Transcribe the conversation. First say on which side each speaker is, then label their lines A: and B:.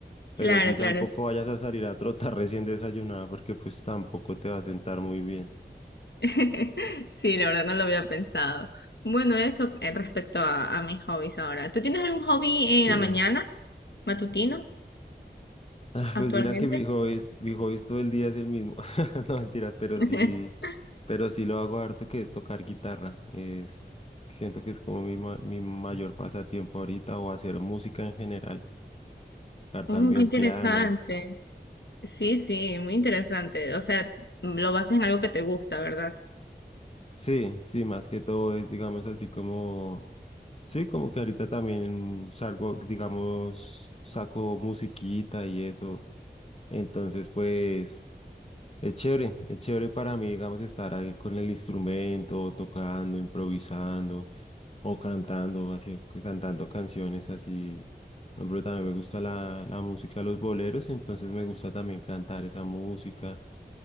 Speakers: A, on the left; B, on the left.
A: Claro,
B: Pero sí
A: claro,
B: tampoco vayas a salir a trotar <laughs> recién desayunada porque pues tampoco te va a sentar muy bien.
A: <laughs> Sí, la verdad no lo había pensado. Bueno, eso eh, respecto a, a mis hobbies ahora. ¿Tú tienes algún hobby
B: Sí.
A: en la mañana, matutino,
B: Ah,
A: actualmente?
B: pues mira que mi hobby es, mi hobby es todo el día es el mismo. <laughs> No mentiras, pero
A: <laughs>
B: sí, pero sí lo hago harto que es tocar guitarra. Es, siento que es como mi, ma- mi mayor pasatiempo ahorita o hacer música en general, tocar
A: Oh,
B: también
A: qué interesante.
B: piano.
A: Sí, sí, muy interesante. O sea, lo basas en algo que te gusta, ¿verdad?
B: Sí, sí, más que todo es, digamos, así como, sí, como que ahorita también salgo, digamos, saco musiquita y eso. Entonces, pues... Es chévere, es chévere para mí, digamos, estar ahí con el instrumento, tocando, improvisando o cantando, así, cantando canciones así. Por ejemplo, también me gusta la, la música, los boleros, entonces me gusta también cantar esa música.